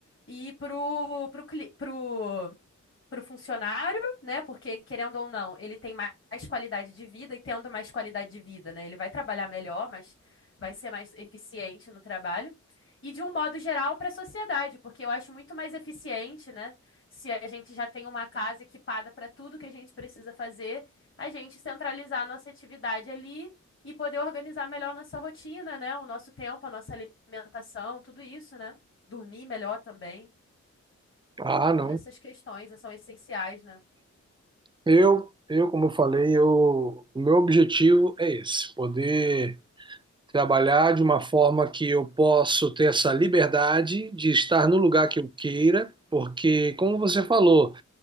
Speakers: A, on the left; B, on the right.
A: e pro, pro, cli- pro para o funcionário, né? Porque, querendo ou não, ele tem mais qualidade de vida e tendo mais qualidade de vida, né? Ele vai trabalhar melhor, mas vai ser mais eficiente no trabalho. E de um modo geral para a sociedade, porque eu acho muito mais eficiente, né? Se a gente já tem uma casa equipada para tudo que a gente precisa fazer, a gente centralizar a nossa atividade ali e poder organizar melhor a nossa rotina, né? O nosso tempo, a nossa alimentação, tudo isso, né? Dormir melhor também.
B: Ah, não.
A: Todas essas questões são essenciais, né?
B: Eu, eu, como eu falei, eu, o meu objetivo é esse, poder trabalhar de uma forma que eu possa ter essa liberdade de estar no lugar
A: Sim.
B: que eu queira, porque, como você falou,